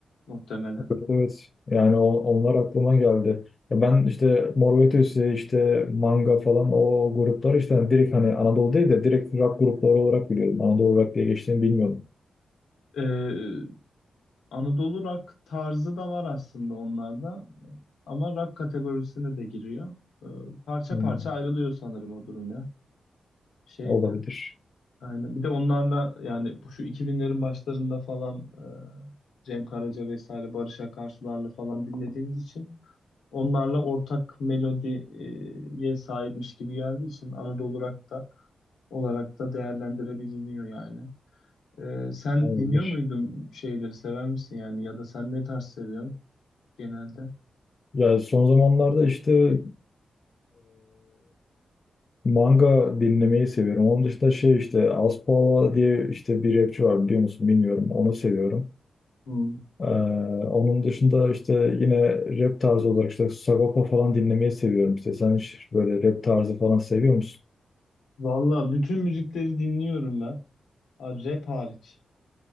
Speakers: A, on the left; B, on the left.
A: muhtemelen.
B: Evet evet. Yani o- onlar aklıma geldi. Ya ben işte Mor ve Ötesi, işte Manga falan o gruplar işte
A: Hı
B: hani direkt hani Anadolu değil de direkt rock grupları olarak biliyordum. Anadolu Rock diye geçtiğini bilmiyordum.
A: hı. Ee, Anadolu rock tarzı da var aslında onlarda. Ama rock kategorisine de giriyor. Ee, parça
B: Hmm,
A: parça ayrılıyor sanırım o durum ya. Şeyde.
B: olabilir.
A: Yani bir de onlarla yani bu şu iki binlerin başlarında falan e, Cem Karaca vesaire Barış Akarsularla falan dinlediğimiz için onlarla ortak melodiye sahipmiş gibi geldiği için Anadolu rock da olarak da değerlendirebiliniyor yani. Ee, sen
B: Olabilir.
A: dinliyor muydun şeyleri sever misin yani ya da sen ne tarz seviyorsun? genelde?
B: Ya son zamanlarda işte Manga dinlemeyi seviyorum. Onun dışında şey işte Aspava diye işte bir rapçi var biliyor musun bilmiyorum. Onu seviyorum.
A: Hmm.
B: Ee, onun dışında işte yine rap tarzı olarak işte Sagopa falan dinlemeyi seviyorum. İşte sen hiç böyle rap tarzı falan seviyor musun?
A: Valla bütün müzikleri dinliyorum ben. Ha, rap hariç.